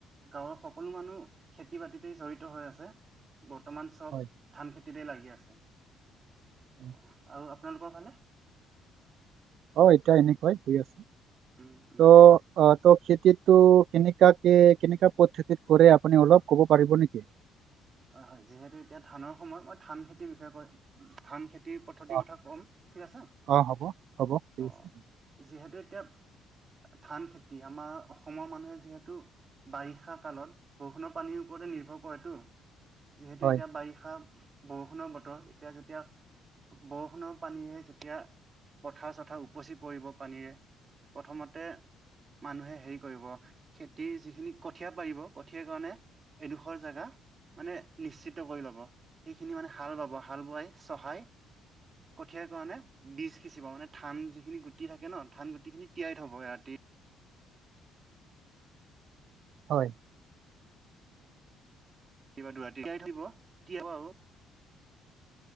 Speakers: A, on the right; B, on the right.
A: গাঁৱৰ সকলো মানুহ খেতি বাতিতে জড়িত হৈ আছে। বৰ্তমান চব
B: হয়
A: ধান খেতি খেতিতে লাগি আছে। অ,
B: হয়।
A: আৰু আপোনালোকৰ ফালে?
B: অ, এতিয়া এনেকুৱাই হৈ আছে।
A: উম, উম।
B: ত' আহ ত'খেতি টো কেনেকাকে, কেনেকা পদ্ধতিত কৰে আপুনি অলপ কব পাৰিব নিকি?
A: হয়- হয় যিহেতু এতিয়া ধানৰ সময় মই ধান খেতি বিষয়ে কয় ধান। খেতি পদ্ধতিৰ
B: অ
A: কথা কম। ঠিক আছে।
B: অ হ'ব হ'ব ঠিক
A: অ,
B: আছে
A: যিহেতু এতিয়া ধান খেতি আমাৰ অসমৰ মানুহে, যিহেতু বাৰিষা কালত বৰষুণৰ পানীও ওপৰতে নিৰ্ভৰ কৰেতো। যিহেতু
B: হয়
A: এতিয়া বাৰিষা বৰষুণৰ বতৰ এতিয়া, যেতিয়া বৰষুণৰ পানীৰে যেতিয়া পথাৰ -চথাৰ উপচি পৰিব পানীৰে। প্ৰথমতে মানুহে হেৰি কৰিব। খেতিৰ যিখিনি কঠীয়া পাৰিব কঠিয়াৰ কাৰণে এডোখৰ জাগা মানে নিশ্চিত কৰি ল'ব। সেইখিনি মানে হাল বাব হাল বোৱাই চহাই। কঠিয়াৰ কাৰণে বীজ সিঁচিব। মানে ধান যিখিনি গুটি থাকে ন ধান গুটি খিনি তিয়াই থব। ৰাতি
B: হয়।
A: কিবা দুৰাতিই <unintelligible> থ কি হ আৰু